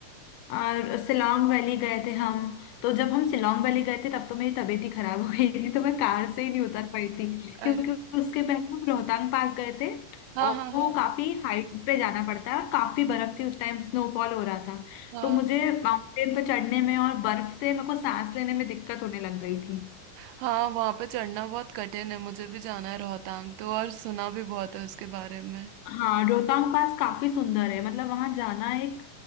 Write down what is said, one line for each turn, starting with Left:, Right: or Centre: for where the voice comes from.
Left: और सिलोंग वैली गए थे हम तो जब हम सिलोंग वैली गए थे तब तो मेरी तबीयत ही खराब हो गई थी तो मैं कार से ही नहीं उतर पाई थी
Right: अरे
Left: क्योंकि उसके पहले हम रोहतांग पास गए थे
Right: हाँ
Left: और
Right: हाँ हाँ
Left: वो काफी हाइट पे जाना पड़ता है और काफी बर्फ थी उस टाइम स्नोफॉल हो रहा था
Right: हाँ
Left: तो मुझे माउंटेन पर चढ़ने में और बर्फ से मेरे को सांस लेने में दिक्कत होने लग गई थी
Right: हाँ वहाँ पे चढ़ना बहुत कठिन है मुझे भी जाना है रोहतांग तो और सुना भी बहुत है उसके बारे में
Left: हाँ रोहतांग पास काफी सुंदर है मतलब वहां जाना एक